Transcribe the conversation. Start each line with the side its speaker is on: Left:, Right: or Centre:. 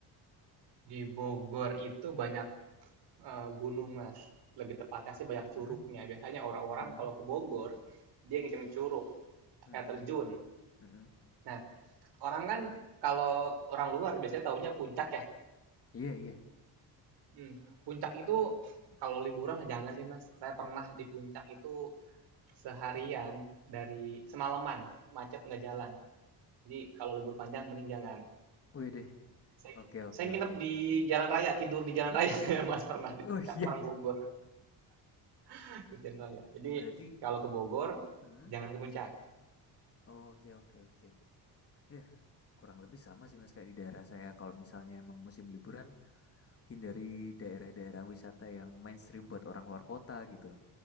Right: Di Bogor itu banyak Eee, gunung, Mas. Lebih tepatnya sih banyak
Left: Mhm,
Right: curugnya. Biasanya orang-orang
Left: mhm,
Right: kalau ke Bogor, dia ngeceng curug,
Left: mhm,
Right: air
Left: mhm,
Right: terjun.
Left: mhm.
Right: Nah, orang kan kalau orang luar biasanya taunya puncak ya.
Left: Iya iya.
Right: Hmm, puncak itu kalau liburan ah jangan deh, Mas. Saya pernah di puncak itu seharian dari semalaman, macet nggak jalan. Jadi kalau libur panjang mending jangan.
Left: Wih deh.
Right: Saya
Left: Oke oke
Right: saya nginep
Left: oke.
Right: di jalan raya, tidur di jalan raya <laughs> saya, Mas, pernah di
Left: Oh
Right: puncak,
Left: iya.
Right: orang Bogor, <laughs> di jalan raya. Jadi
Left: Berarti.
Right: kalau ke Bogor
Left: Mhm.
Right: jangan ke puncak.
Left: Oh, oke oke oke. Ya kurang lebih sama sih mas kayak di daerah saya. Kalau misalnya emang musim liburan hindari daerah-daerah wisata yang mainstream buat orang luar kota gitu.